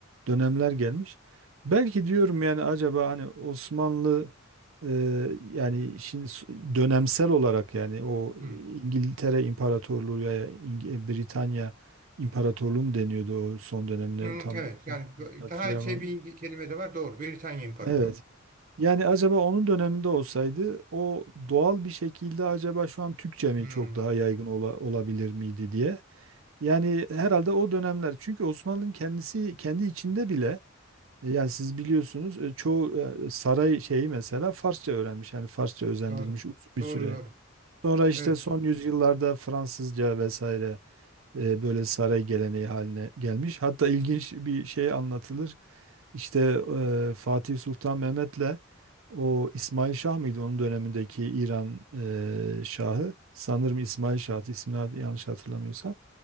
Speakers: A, on the right; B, on the right.
A: dönemler gelmiş. Belki diyorum yani acaba hani Osmanlı e, yani şimdi s- dönemsel olarak yani o
B: hı.
A: İngiltere İmparatorluğu ya İng- e, Britanya İmparatorluğu mu deniyordu o son dönemine
B: Hı,
A: tam
B: evet yani
A: hatırlayamam.
B: daha şey bir kelime de var doğru. Britanya İmparatoru.
A: Evet. Yani acaba onun döneminde olsaydı o doğal bir şekilde acaba şu an Türkçe mi
B: Hı,
A: çok daha yaygın ola- olabilir miydi diye. Yani herhalde o dönemler çünkü Osmanlı'nın kendisi kendi içinde bile e, Yani siz biliyorsunuz e, çoğu e, saray şeyi mesela Farsça öğrenmiş. Yani Farsça özendirilmiş
B: doğru.
A: uzun bir
B: Doğru
A: süre.
B: doğru.
A: Sonra işte
B: Evet.
A: son yüzyıllarda Fransızca vesaire e, böyle saray geleneği haline gelmiş. Hatta ilginç bir şey anlatılır. İşte e, Fatih Sultan Mehmet'le o İsmail Şah mıydı onun dönemindeki İran e, Şahı? Sanırım İsmail Şah. ismini yanlış hatırlamıyorsam